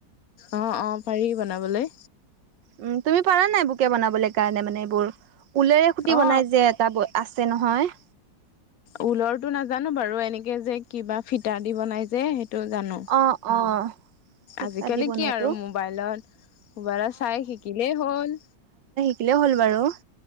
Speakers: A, on the left (about 60°); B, on the right (about 80°).
A: অ অ পাৰি বনাবলৈ
B: উম তুমি পাৰা নাই বোকে বনাবলৈ কাৰণে মানে এইবোৰ ওলেৰে খুটি
A: অ
B: বনাই যে এটা আ। আছে নহয়।
A: ঊলৰটো নাজানো বাৰু এনেকে যে কিবা ফিটা দি বনাই যে। সেইটো জানো।
B: অ অ ফিতা
A: আজিকালি
B: দি বনোৱাটো
A: কি আৰু মোবাইলত মোবাইলত চাই শিকিলেই হ'ল।
B: হিকিলে হ'ল বাৰু।